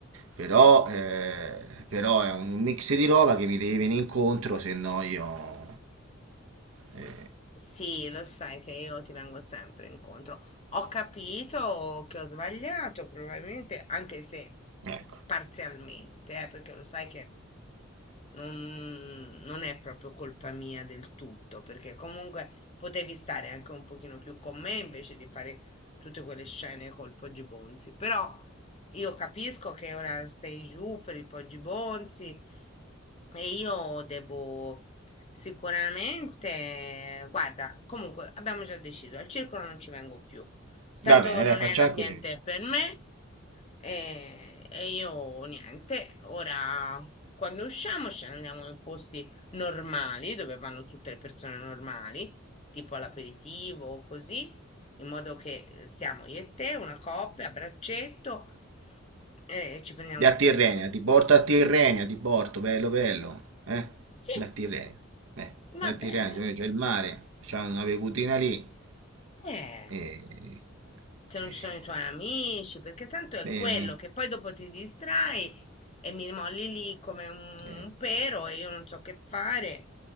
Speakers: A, on the right; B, on the left.
A: Però, eh, però è un mix di roba che mi deve venire incontro, se no io... eh,
B: Sì, lo sai che io ti vengo sempre incontro. Ho capito che ho sbagliato, probabilmente, anche se
A: eh, ecco,
B: parzialmente, eh, perché lo sai che non, non è proprio colpa mia del tutto, perché comunque potevi stare anche un pochino più con me invece di fare tutte quelle scene col Poggi Bonzi. Però io capisco che ora sei giù per il Poggi Bonzi e io devo sicuramente guarda comunque abbiamo già deciso al circolo non ci vengo più tanto
A: va bene,
B: non
A: dai, facciamo
B: è l'ambiente
A: così.
B: per me e e io niente ora quando usciamo ce ne andiamo in posti normali dove vanno tutte le persone normali tipo all'aperitivo o così in modo che stiamo io e te una coppia a braccetto e ci prendiamo
A: Di a
B: l'aperitivo
A: Tirrenia, ti porto a Tirrenia, ti porto, bello bello, eh?
B: Sì,
A: Di a Tirrenia, eh, di
B: va
A: a Tirrenia,
B: bene
A: cioè c'è il mare, c'è una bevutina lì,
B: Eh.
A: e...
B: che non
A: e-
B: ci sono i tuoi amici, perché tanto è
A: e-
B: quello che poi dopo ti distrai e mi molli lì come un, un
A: e-
B: pero e io non so che fare